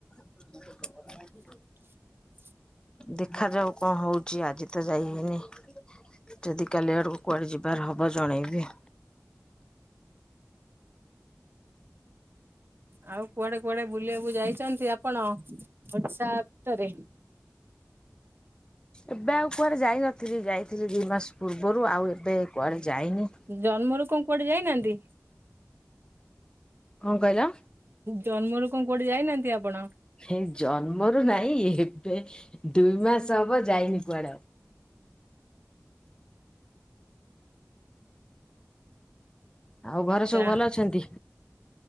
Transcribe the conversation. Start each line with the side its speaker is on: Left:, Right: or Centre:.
Left: <unintelligible>
Right: <unintelligible>
Left: ଦେଖାଯାଉ କଣ ହଉଚି, ଆଜି ତ ଯାଇ ହେଇନି। ଯଦି କାଲି ଆଡ଼କୁ କୁଆଡେ ଯିବାର ହବ, ଜଣେଇବି।
Right: ଆଉ କୁଆଡେ କୁଆଡେ ବୁଲିବାକୁ ଯାଇଛନ୍ତି ଆପଣ, ଓଡିଶା ଭିତରେ?
Left: ଏବେ ଆଉ କୁଆଡ଼େ ଯାଇନଥିଲି, ଯାଇଥିଲି ଦୁଇ ମାସ ପୂର୍ବରୁ, ଆଉ ଏବେ କୁଆଡେ ଯାଇନି?
Right: ଜନ୍ମରୁ କଣ କୁଆଡେ ଯାଇନାହାନ୍ତି?
Left: କଣ କହିଲ?
Right: ଜନ୍ମରୁ କଣ କୁଆଡେ ଯାଇନାହାନ୍ତି ଆପଣ?
Left: ଏ ଜନ୍ମରୁ ନାଇଁ, ଏବେ ଦୁଇ ମାସ ହବ ଯାଇନି କୁଆଡେ ଆଉ। ଆଉ ଘରେ
Right: ଆଚା।
Left: ସବୁ ଭଲ ଅଛନ୍ତି?